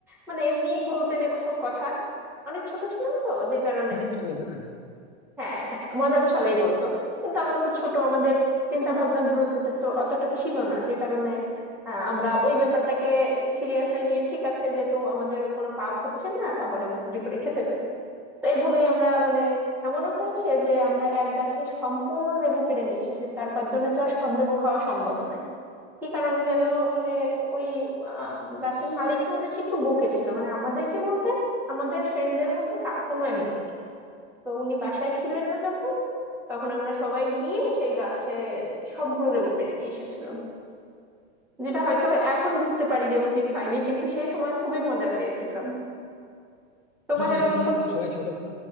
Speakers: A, in the centre; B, on the left (about 50°).
A: মানে এমনিই বলতেন সব কথা অনেক ছোট ছিলাম তো যে কারণে
B: মজার ছিল বলতে না
A: হ্যাঁ হ্যাঁ মজার ছলেই বলতো কিন্তু আমরা তো ছোট আমাদের চিন্তা ভাবনার দূরত্বটা তো অতটা ছিল না যে কারণে আহ, আমরা ওই ব্যাপারটাকে একটু সিরিয়াসলি নিয়ে ঠিক আছে যেহেতু আমাদের কোনো পাপ হচ্ছে না তাহলে আমরা চুরি করে খেতে পারি তো এইভাবেই আমরা মানে এমনও হয়েছে যে আমরা এক গাছের সম্পূর্ণ লেবু পেড়ে নিয়ে এসেছি চার পাঁচ জনে তো আর সব লেবু খাওয়া সম্ভব নয় কি কারণে যেন মানে ওই আহ, গাছের মালিকটা আমাদেরকে একটু বকেছিল মানে আমাদেরকে বলতে আমাদের ফ্রেন্ডদের মধ্যে কা- কোনো একজনকে তো উনি বাসায় ছিলেন না যখন তখন আমরা সবাই গিয়ে সেই গাছের সবগুলো লেবু পেড়ে নিয়ে এসেছিলাম যেটা হয়তো এখন বুঝতে পারি যে উচিত হয়নি কিন্তু সেই সময় খুবই মজা পেয়েছিলাম তোমার
B: আসলে সেই
A: এরকম
B: সময়
A: কোনো
B: তো সবাই ছোট ছিল